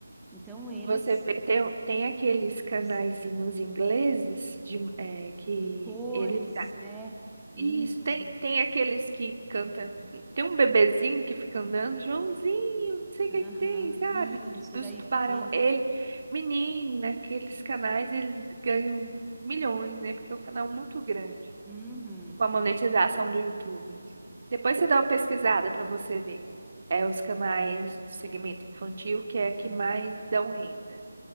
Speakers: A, in the centre; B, on the right (about 45°).
A: Então, eles,
B: Você vê, tem, tem aqueles canaizinhos
A: as-
B: ingleses de, é, que
A: de cores,
B: eles
A: né? Isso,
B: Isso, tem, tem aqueles que cantam. Tem um bebezinho que fica andando, Joãozinho, não sei o
A: aham,
B: que que tem, sabe?
A: isso.
B: Dos
A: Daí
B: tubarão.
A: tem.
B: Ele, menina, aqueles canais, eles ganham milhões, né? Porque é um canal muito grande.
A: Uhum,
B: Com a monetização do YouTube. Depois você dá uma pesquisada pra você ver. É os canais do segmento infantil que é que
A: aham.
B: mais dão renda.